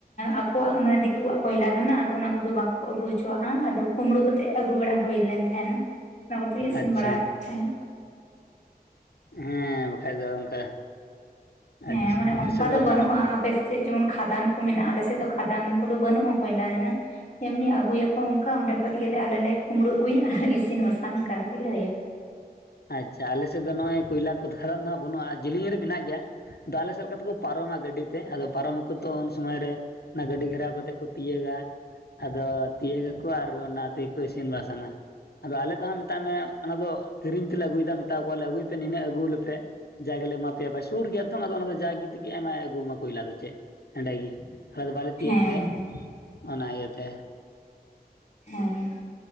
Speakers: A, on the left; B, on the left.
A: ᱟᱠᱚᱣᱟᱜ ᱢᱟᱱᱮ ᱫᱤᱠᱩᱣᱟᱜ ᱠᱚᱭᱞᱟ ᱠᱟᱱᱟ᱾ ᱚᱱᱟ ᱠᱚᱫᱚ ᱵᱟᱠᱚ ᱟᱹᱜᱩ ᱦᱚᱪᱚᱣᱟᱜᱼᱟ ᱟᱫᱚ ᱠᱩᱢᱵᱽᱲᱩ ᱠᱟᱛᱮᱮᱫ ᱟᱹᱜᱩ ᱵᱟᱲᱟ ᱦᱩᱭ ᱞᱮᱱ ᱛᱟᱦᱮᱱᱟ᱾ ᱚᱱᱟ ᱠᱚᱛᱮᱜᱮ ᱤᱥᱤᱱ
B: ᱟᱪᱪᱷᱟ
A: ᱵᱟᱲᱟᱭᱮᱫ ᱛᱟᱦᱮᱸᱱ
B: ᱦᱮᱸ ᱵᱟᱠᱷᱟᱡ ᱫᱚ ᱚᱱᱠᱟ
A: ᱦᱮᱻ
B: ᱟᱪᱪᱷᱟ
A: ᱢᱟᱱᱮ
B: ᱟᱯᱮ
A: ᱚᱱᱠᱟ
B: ᱥᱮᱫ
A: ᱫᱚ ᱵᱟᱹᱱᱩᱜᱼᱟ
B: ᱚᱱᱟ
A: ᱟᱯᱮᱥᱮᱫ ᱡᱮᱢᱚᱱ ᱠᱷᱟᱫᱟᱱ ᱠᱚ ᱢᱮᱱᱟᱜᱼᱟ ᱟᱞᱮᱥᱮᱫ ᱫᱚ ᱠᱷᱟᱫᱟᱱ ᱠᱚᱫᱚ ᱵᱟᱹᱱᱩᱜᱼᱟ ᱠᱚᱭᱞᱟ ᱨᱮᱱᱟᱜ ᱮᱢᱱᱤ ᱟᱹᱜᱩᱭᱟᱠᱚ ᱚᱱᱠᱟ ᱚᱸᱰᱮ ᱠᱷᱚᱡ ᱜᱮᱞᱮ ᱟᱞᱮᱞᱮ ᱞᱮ ᱠᱩᱢᱵᱽᱲᱩ ᱟᱹᱜᱩᱭᱟ ᱤᱥᱤᱱ ᱵᱟᱥᱟᱝ ᱚᱱᱠᱟ ᱠᱟᱛᱮᱜ ᱜᱮ ᱦᱩᱭᱩᱜᱼᱟ᱾
B: ᱟᱪᱪᱷᱟ ᱟᱞᱮᱥᱮᱫ ᱫᱚ ᱱᱚᱜᱼᱚᱭ ᱠᱚᱭᱞᱟ ᱠᱚ ᱠᱷᱟᱫᱟᱱ ᱫᱚᱦᱟᱜ ᱵᱟᱹᱱᱩᱜᱼᱟ ᱡᱮᱞᱤᱭᱟᱹ ᱨᱮ ᱢᱮᱱᱟᱜ ᱜᱮᱭᱟ᱾ ᱟᱫᱚ ᱟᱞᱮ ᱥᱮᱫ ᱠᱟᱛᱮ ᱠᱚ ᱯᱟᱨᱚᱢᱟ ᱜᱟᱹᱰᱤ ᱛᱮ ᱟᱫᱚ ᱯᱟᱨᱚᱢᱟ ᱟᱠᱚ ᱛᱚ ᱩᱱ ᱥᱚᱢᱚᱭ ᱨᱮ ᱚᱱᱟ ᱜᱟᱺᱰᱤ ᱜᱷᱮᱨᱟᱣ ᱠᱟᱛᱮᱫ ᱠᱚ ᱛᱤᱭᱳᱜ-ᱟ᱾ ᱟᱫᱚ ᱛᱤᱭᱟᱹᱜᱟᱠᱚ ᱟᱨ ᱚᱱᱟ ᱛᱮᱜᱮ ᱠᱚ ᱤᱥᱤᱱ ᱵᱟᱥᱟᱝᱼᱟ᱾ ᱟᱫᱚ ᱟᱞᱮ ᱫᱚ ᱦᱟᱸᱜ ᱢᱮᱛᱟᱜ ᱢᱮ ᱚᱱᱟ ᱫᱚ ᱠᱤᱨᱤᱧ ᱛᱮᱞᱮ ᱟᱹᱜᱩᱭᱮᱫᱟ ᱢᱮᱛᱟ ᱠᱚᱣᱟᱮ ᱟᱹᱜᱩᱭ ᱯᱮ ᱱᱤᱱᱟᱹᱜ ᱟᱹᱜᱩ ᱟᱞᱮᱯᱮ ᱡᱟᱜᱮᱞᱮ ᱮᱢᱟᱯᱮᱭᱟᱯᱟᱭ ᱥᱩᱨ ᱜᱮᱭᱟ ᱛᱷᱚ ᱟᱫᱚ ᱚᱱᱟ ᱫᱚ ᱡᱟᱜᱮ ᱛᱮᱜᱮ ᱮᱢᱟᱭ ᱟᱹᱜᱩᱣᱟᱢᱟ ᱠᱚᱭᱞᱟ ᱫᱚ ᱪᱮᱫ ᱮᱸᱰᱮ ᱜᱮ ᱟᱞᱫᱚ ᱵᱟᱞᱮ ᱛᱤᱭᱳᱜ
A: ᱦᱮᱸ
B: ᱛᱮ
A: ᱦᱮᱸ
B: ᱚᱱᱟ ᱤᱭᱟᱹᱛᱮ
A: ᱦᱮᱸᱻ